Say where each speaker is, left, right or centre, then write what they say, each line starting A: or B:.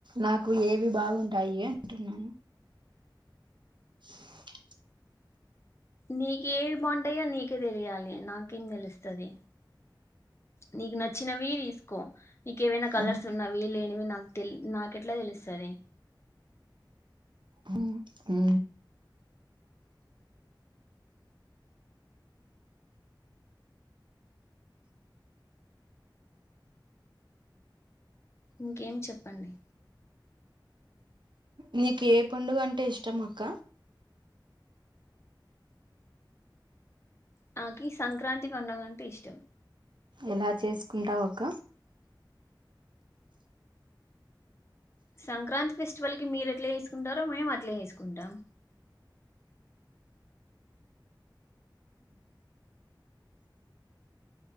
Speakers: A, on the right; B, on the left.
A: నాకు ఏవి బాగుంటాయి అంటున్నాను <inaudible>
B: నీకేవి బావుంటాయో నీక్ తెలియాలి నాకేం తెలుస్తది నీకు నచ్చిన్ చ్చినవీ తీస్కో నీకేవైనా కలర్స్
A: ఉమ్
B: ఉన్నవి లేనివి నా తె నాకేట్ల తెలుస్తది
A: ఉ ఉ
B: ఇంకెం చెప్పండి
A: నీకే పండుగంటే ఇష్టమక్క
B: నాకి సంక్రాంతి పడుగంటే ఇష్టం
A: ఎలా చేసుకుంటావ్ అక్క
B: సంక్రాంతి ఫెస్టివల్ కి మీరేట్ల చేస్కుంటారో మేమ్ అట్లే చేస్కుంటాం